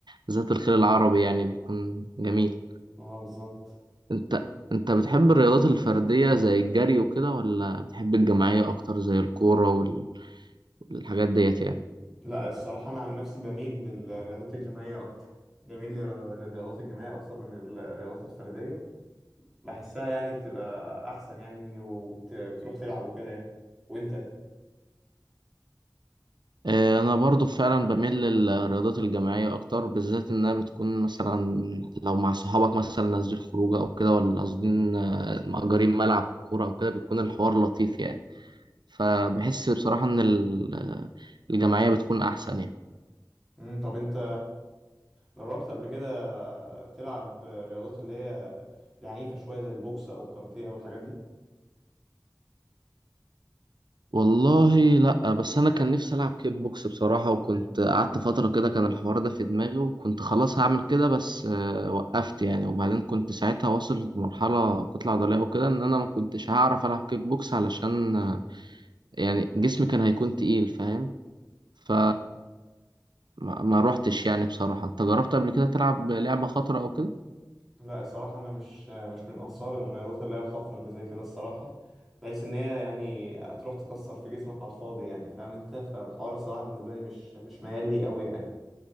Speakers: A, on the right; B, in the centre.
A: بالذات الخيل العربي يعني بيكون جميل
B: أه بالظبط
A: انت انت بتحب الرياضات الفرديه زي الجري وكده ولا بتحب الجماعيه اكتر زي الكوره وال- والحاجات ديت يعني
B: لا الصراحة أنا عن نفسي بميل للرياضات الجماعية أكتر بميل للر- للرياضات الجماعية أكتر من الرياضات الفردية بحسها يعني بتبقى أحسن يعني وبتروح تلعب وكده يعني وأنت؟
A: آه، انا برضو فعلا بميل للرياضات الجماعيه اكتر بالذات انها بتكون مثلا لو مع صحابك مثلا نازلين خروجه او كده ولا قاصدين آه، مأجرين ملعب كوره او كده بيكون الحوار لطيف يعني فبحس بصراحه ان ال- آه، الجماعيه بتكون احسن يعني
B: مم، طب انت جربت قبل كده تلعب رياضات اللي هي العنيفة شوية زي البوكس او الكاراتيه او الحاجات دي
A: والله لا بس انا كان نفسي العب كيك بوكس بصراحه وكنت قعدت فتره كده كان الحوار ده في دماغي وكنت خلاص هعمل كده بس آه، وقفت يعني وبعدين كنت ساعتها واصل لمرحله كتله عضليه وكده ان انا ما كنتش هعرف العب كيك بوكس علشان آه، يعني جسمي كان هيكون تقيل فاهم ف
B: مم.
A: ما ما روحتش يعني بصراحه انت جربت قبل كده تلعب لعبه خطره او كده
B: لا الصراحة انا مش مش من انصار الرياضات اللي هي الخطر اللي زي كده الصراحة بحيث ان هي يعني هتروح تكسر في جسمك على الفاضي يعني فاهم انت فالحوار الصراحة بالنسبة لي مش مش ميال لي قوي يعني